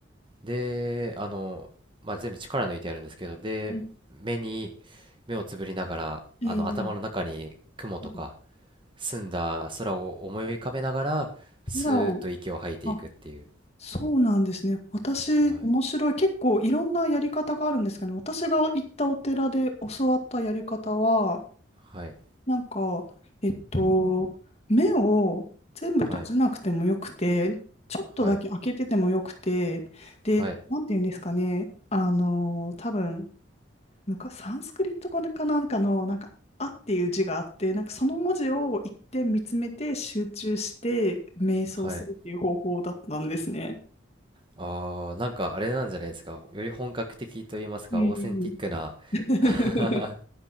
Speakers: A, on the right; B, on the left.
A: で、あの、まあ、全部力抜いてやるんですけど、で、
B: え
A: 目に、目をつぶりながら、
B: えええ
A: あの、頭の中に雲とか、
B: はい
A: 澄んだ空を思い浮かべながら、スーッと息を吐いていくっていう。
B: 空を、あ、そうなんですね。私、
A: はい。
B: 面白い。結構いろんなやり方があるんですかね。私が行ったお寺で教わったやり方は、
A: はい。
B: なんか、えっと、目を全部閉じなくてもよくて、
A: はい。
B: ちょっとだけ開けててもよくて、
A: はい。
B: で、
A: はい。
B: なんて言うんですかね。あの、多分、なんかサンスクリット語かなんかの、なんか、あっていう字があって、なんかその文字を一点見つめて集中して瞑想するっていう方法だったんですね。
A: はい。あー、なんかあれなんじゃないですか。より本格的と言いますか、
B: うん。
A: オーセンティックな。
B: <laughs>
A: <laughs> は